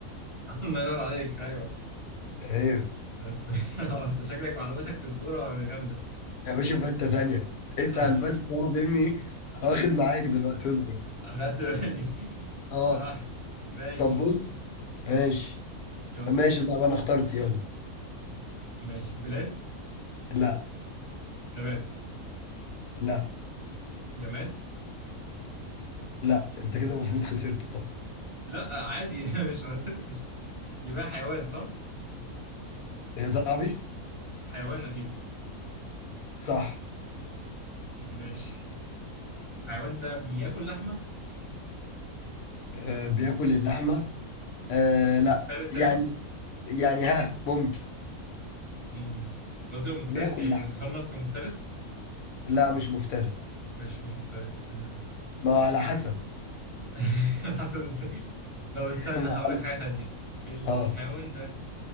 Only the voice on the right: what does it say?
<laughs> الله ينور عليك ايوه
بس <laughs> انت شكلك معلوماتك في الكورة جامدة
<laughs>
اخدت بالي
اه ماشي
يلا
ماشي بلاد
نبات
جماد
لا عادي <laughs> مش خسرتش يبقى حيوان صح؟
حيوان اكيد
ماشي الحيوان ده بياكل لحمة
مفترس
يعني
امم قصدي هو مفترس
يعني
يصنف كمفترس
مش مفترس تمام
<laughs> على حسب ازاي <laughs> طب استنى
هقول
لك
حاجة تانية الحيوان
ده